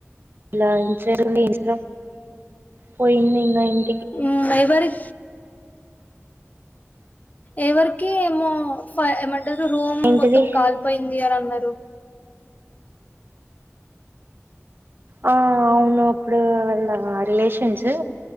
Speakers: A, on the right; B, on the left.
A: ఇలా ఇ ఇ పోయింది ఇంగ ఇ
B: ఉమ్మ్ ఎవరి ఎవరికి ఏమో ఫైవ్ం ఏమన్ అ రూమ్
A: ఏంటిది
B: మొత్తం కాలిపోయింది అనన్నది
A: ఆ అవునప్పుడు వాళ్ళ రిలేషన్స్